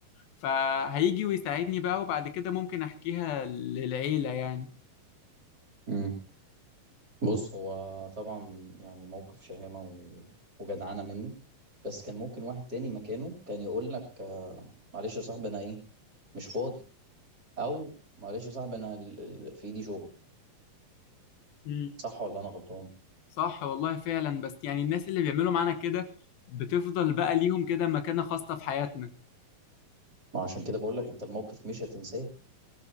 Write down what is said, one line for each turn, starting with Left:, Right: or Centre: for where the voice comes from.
Left: فهيجي ويساعدني بقى وبعد كده ممكن احكيها للعيلة يعني
Right: امم بص هو طبعا يعني موقف شهامة و... وجدعانة منه بس كان ممكن واحد تاني مكانه كان يقول لك آه، معلش يا صاحبي انا ايه مش فاضي او معلش يا صاحبي انا ال... ال- في ايدي شغل
Left: امم
Right: صح ولا انا غلطان
Left: صح والله فعلا بس يعني الناس اللي بيعملوا معانا كده بتفضل بقى ليهم كده مكانة خاصة في حياتنا
Right: ما عشان كده بقول لك انت الموقف مش هتنساه